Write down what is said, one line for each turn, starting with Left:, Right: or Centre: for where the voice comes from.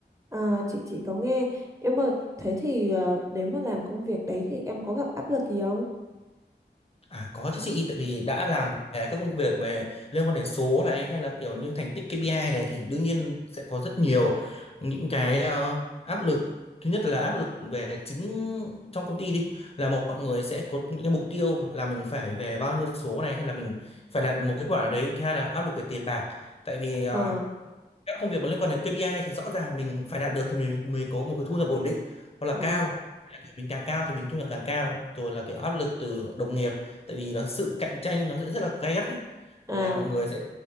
Right: à chị chị có nghe em ơi thế thì ờ, nếu mà làm công việc đấy thì em có gặp áp lực gì không
Left: À có chứ chị, tại vì đã làm về các công việc về liên quan đến số này hay là kiểu như thành tích KPI này thì đương nhiên sẽ có rất nhiều những cái ờ, áp lực. Thứ nhất là áp lực về chính trong công ty đi là mọi người sẽ có những cái mục tiêu là mình phải về bao nhiêu số này hay là mình phải đạt được một kết quả nào đấy. Thứ hai là áp lực về tiền bạc. Tại vì ờ,
Right: ờ
Left: các công việc mà liên quan đến KPI thì rõ ràng mình phải đạt được thì mình mới có một cái thu nhập ổn định hoặc là
Right: ờ
Left: cao hay là kiểu mình càng cao thì mình thu nhập càng cao rồi là kiểu áp lực từ đồng nghiệp tại vì nó sự cạnh tranh nó sẽ rất là gay gắt ấy
Right: à
Left: là mọi người sẽ